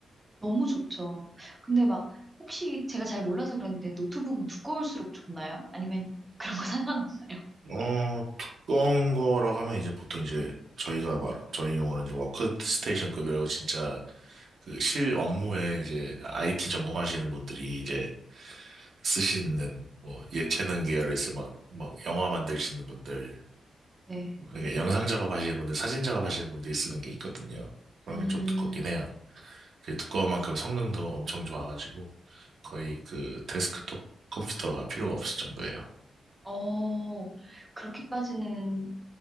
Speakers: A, on the right (about 15°); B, on the right (about 65°).
A: 너무 좋죠. 근데 막 혹시 제가 잘 몰라서 그런데 노트북은 두꺼울수록 좋나요? 아니면 그런 거 <laughs> 상관없어요?
B: 어, 두꺼운 거라고 하면 이제 보통 이제 저희가 말, 저희 용어는 이제 워크스테이션급이라고 진짜 그 실 업무에 이제 IT 전공하시는 분들이 이제 쓰시는 뭐 예체능 계열에서 막, 막 영화 만드시는 분들,
A: 네.
B: 그러니까 영상 작업하시는 분들, 사진 작업하시는 분들이 쓰는 게 있거든요. 그런
A: 음,
B: 게 좀 두껍긴 해요. 그 두꺼운 만큼 성능도 엄청 좋아가지고 거의 그 데스크톱 컴퓨터가 필요가 없을 정도예요.
A: 어, 그렇게까지는